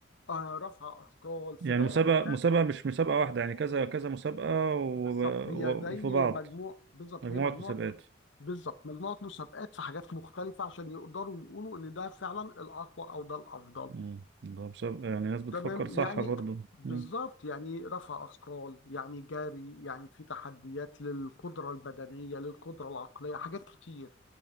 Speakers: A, on the left (about 75°); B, on the right (about 60°).
A: آه رفع أثقال سباقات
B: يعني مسابقة
A: جري
B: مسابقة مش مسابقة واحدة يعني كذا كذا مسابقة و-
A: بالظبط هي زي
B: وفي بعض
A: مجموع بالظبط
B: مجموعة
A: هي مجموعة
B: مسابقات
A: بالظبط مجموعة مسابقات في حاجات مختلفة عشان يقدروا يقولوا إن ده فعلا الأقوى أو ده الأفضل
B: مم. ده مسابقة يعني ناس بتفكر
A: تمام
B: صح
A: يعني
B: برضو
A: بالظبط
B: مم.
A: يعني رفع أثقال يعني جري يعني في تحديات للقدرة البدنية للقدرة العقلية حاجات كتير